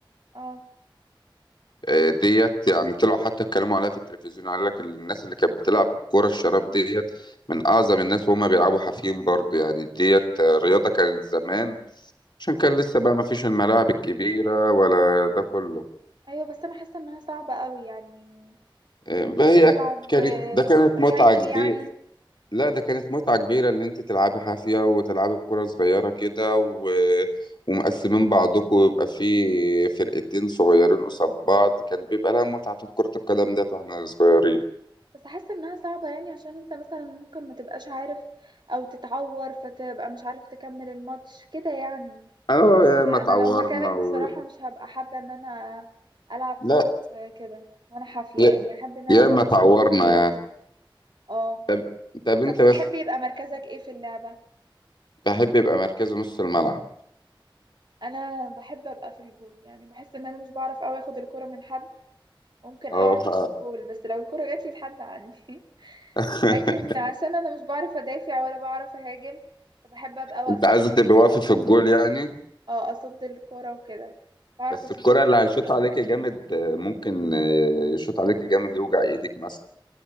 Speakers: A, on the right (about 60°); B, on the left (about 60°).
A: اه
B: اه ديت يعني طلعوا حتى اتكلموا عليها في التلفزيون قال لك الناس اللي كانت بتلعب الكرة الشراب ديت من أعظم الناس وهم بيلعبوا حافيين برضو يعني ديت آه، رياضة كانت زمان عشان كان لسه بقى ما فيش الملاعب الكبيرة ولا ده كله
A: ايوه بس انا حاسة انها صعبة قوي يعني
B: آه،
A: ان
B: فهي
A: انت تلعب
B: كانت
A: آه،
B: ده كانت
A: حافي
B: متعة كبيرة
A: يعني
B: لا ده كانت متعة كبيرة اللي انت تلعبي حافية وتلعبي بكرة صغيرة كده و... ومقسمين بعضكم ويبقى في فرقتين صغيرين قصاد بعض كان بيبقى لها متعة كرة القدم ديت واحنا صغيرين
A: بس حاسة انها صعبة يعني عشان انت مثلا ممكن ما تبقاش عارف او تتعور فتبقى مش عارف تكمل الماتش كده يعني
B: اه يا
A: انا
B: ما اتعورنا
A: لو مكانك
B: و...
A: بصراحة مش هبقى حابة ان انا العب
B: لا
A: خالص كده وانا حافية
B: يا...
A: يعني احب ان انا
B: يا
A: ابقى
B: ما
A: لابسة
B: اتعورنا
A: كوست رياضي
B: يعني
A: اه
B: طب طب انت
A: طب بتحبي
B: بس
A: يبقى مركزك ايه في اللعبة
B: بحب يبقى مركز نص الملعب
A: انا بحب ابقى في الجول يعني بحس ان انا مش بعرف اوي اخد الكرة من حد ممكن
B: اه
A: اعرف
B: ف...
A: اشوط جول بس لو الكرة جات لي لحد عندي
B: <laughs>
A: <laughs> لكن عشان انا مش بعرف ادافع ولا بعرف اهاجم فبحب ابقى واقفة
B: انت عايزة
A: في الجول
B: تبقى واقفة
A: اصد
B: في الجول يعني
A: اه اصد الكرة وكده بعرف
B: بس
A: اصد
B: الكرة
A: كويس
B: اللي هيشوط عليك
A: أوي
B: جامد ممكن يشوط عليك جامد يوجع ايدك مثلا